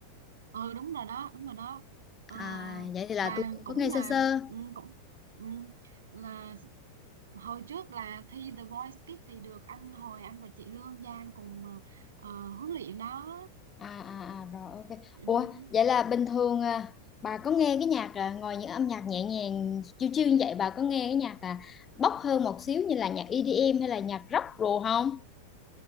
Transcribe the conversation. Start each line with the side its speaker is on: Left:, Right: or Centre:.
Right: ừ đúng rồi đó đúng rồi đó ờ,
Left: À vậy thì là
Right: và
Left: tôi
Right: cũng
Left: có nghe
Right: là
Left: sơ sơ.
Right: ừ, cũng ừ, là hồi trước là thi The Voice Kids thì được anh hồi anh và chị Lương Giang cùng ờ, huấn luyện đó
Left: À à à rồi ok.
Right: ừ.
Left: Ủa vậy là bình thường à, bà có nghe cái nhạc à, ngoài những âm nhạc nhẹ nhàng chill chill như vậy bà có nghe cái nhạc à, bốc hơn một xíu như là nhạc EDM hay là nhạc rock rồi không?